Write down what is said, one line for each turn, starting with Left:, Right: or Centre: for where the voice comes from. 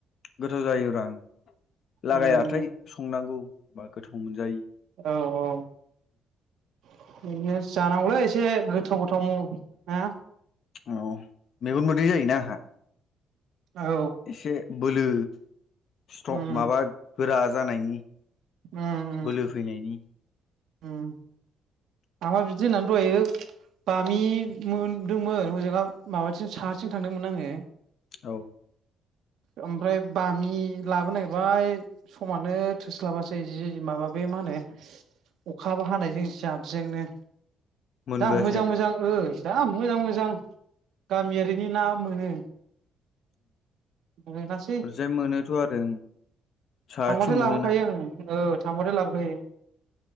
Left: गोथाव जायोब्रा ओं। लागाय
Right: उम
Left: लाथाय संनांगौ बा गोथाव मोनजायो।
Right: औ औ। <unintelligible> जानांगौलै एसे गोथाव गोथाव म ना।
Left: औ मेगन मोदै जायोना आहा।
Right: औ
Left: एसे बोलो स्ट
Right: उम
Left: माबा गोरा जानायनि।
Right: उम
Left: बोलो फैनायनि।
Right: उम। आंबा बिदि होननानै दहायो बामि मोनदोंमोन हजोंआव माबाथिं साहाथिं थांदोंमोन आङो।
Left: औ।
Right: ओमफ्राय बामि लाबोनो नागिरबाय समानो थोस्लाबासै जि माबा बे मा होनो अखाबो हानायजों जाब जोंनो।
Left: मोनबोआसै
Right: दा मोजां
Left: आं
Right: मोजां ओ। जा मोजां मोजां गामियारिनि ना मोनो। मोनासै
Left: ओरैजाय मोनोथ' आरो साहाथिं
Right: थांबाथाय लाबोखायो
Left: मोनोना
Right: आं ओ थांबाथाय लाबोखायो।